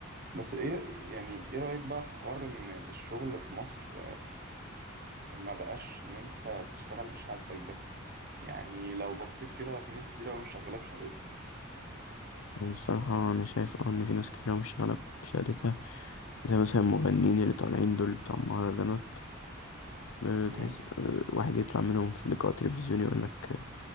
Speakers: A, on the right (about 45°); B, on the left (about 85°).
A: بس ايه يعني ايه رايك بقى في حوار ان الشغل في مصر ما بقاش ان انت بتشتغل بشهادتك ده يعني لو بصيت كده في ناس كتير قوي مش شغاله بشهادتها
B: يعني الصراحة انا شايف اه ان في ناس كتير أوي مش شغالة بشهادتها زي مثلا المغنيين اللي طالعين دول بتوع المهرجانات آه، تحس
A: أمم.
B: آه، واحد يطلع منهم في لقاء تلفزيوني يقول لك آه،